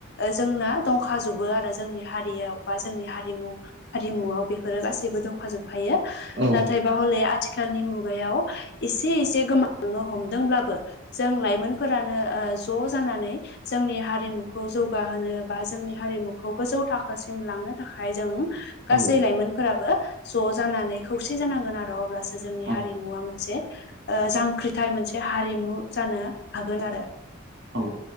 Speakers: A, on the left; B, on the right.
A: ओ जोंना दंखाजोबो आरो जोंनि हारिआव बा जोंनि हारिमु बे हारिमुआव बेफोरो गासै‌ गासैबो दंखाजोब खायो हो‌
B: औ
A: नाथायबा हले आथिखालनि मुगायाव एसेसे गोमा लांनो हमदोंब्लाबो जों लाइमोनफोरानो ओ ज' जानानै जोंनि हारिमुखौ जौगाहोनो बा जोंनि हारिमुखौ गोजौ थाखोसिम लांनो थाखाय जों गासै
B: औ
A: लाइमोनफोराबो ज'जानानै खौसे जानांगोन आरो अब्लासो जोंनि
B: औ
A: हारिमुआ मोनसे ओ जांख्रिथाय मोनसे हारिमु जानो हागोन आरो
B: ओम